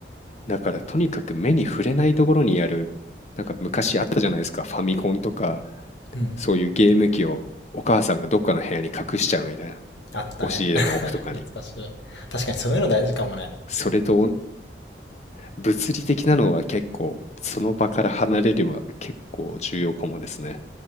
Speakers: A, on the left (about 40°); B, on the left (about 80°).
A: だからとにかく目に触れないところにある、なんか昔あったじゃないですか、ファミコンとか、
B: うん。
A: そういうゲーム機をお母さんがどっかの部屋に隠しちゃうみたいな、
B: あったね。
A: 押し入れの奥とかに。
B: <laughs> 懐かしい。確かにそういうの大事かもね。
A: それとおん
B: うん。
A: 物理的なのは結構、その場から離れれば結構重要かもですね。